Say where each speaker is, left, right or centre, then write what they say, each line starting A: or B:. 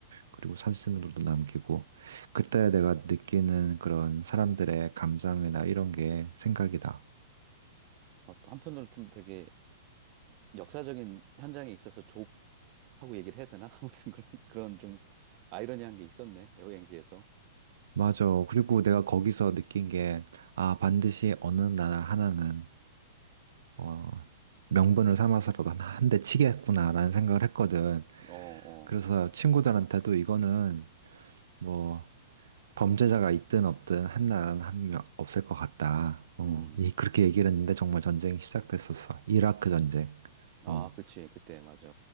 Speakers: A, on the right; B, on the right.
A: 그리고 사진으로도 남기고, 그때 내가 느끼는 그런 사람들의 감정이나 이런 게 생각이다.
B: 어, 또 한편으로는 좀 되게 역사적인 현장에 있어서 족하고 얘기를 해야 되나? <laughs> 아무튼 그런, 그런 좀 아이러니한 게 있었네, 여행지에서.
A: 맞아. 그리고 내가 거기서 느낀 게, 아, 반드시 어느 날 하나는, 어, 명분을 삼아서라도 한 대 치겠구나라는 생각을 했거든.
B: 어,
A: 그래서
B: 어,
A: 친구들한테도 이거는 뭐 범죄자가 있든 없든 한 나라는 한 명 없을 것 같다. 어,
B: 음.
A: 이- 그렇게 얘기를 했는데 정말 전쟁이 시작됐었어. 이라크 전쟁.
B: 아,
A: 어,
B: 그치, 그때, 맞아.